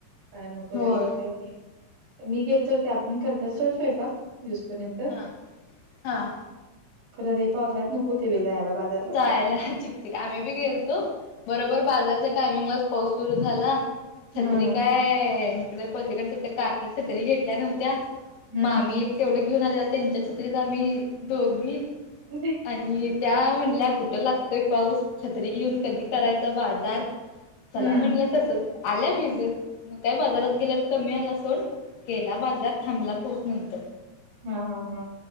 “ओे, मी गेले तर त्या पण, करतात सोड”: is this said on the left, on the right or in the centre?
Right